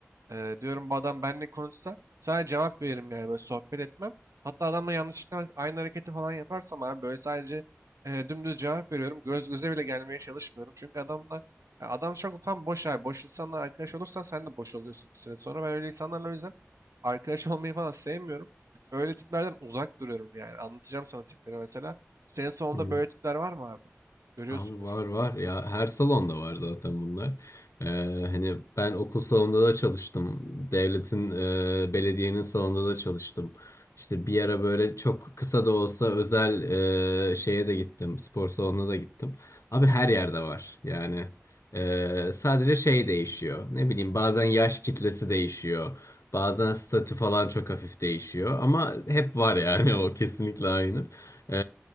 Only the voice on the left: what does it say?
Hı.
Abi var var ya her salonda var zaten bunlar. Ee, hani ben okul salonunda da çalıştım. Devletin, e, belediyenin salonunda da çalıştım. İşte bir ara böyle çok kısa da olsa özel e, şeye de gittim. Spor salonuna da gittim. Abi her yerde var. Yani e, sadece şey değişiyor. Ne bileyim bazen yaş kitlesi değişiyor. Bazen statü falan çok hafif değişiyor. Ama hep
var yani <laughs> o kesinlikle aynı. Ee,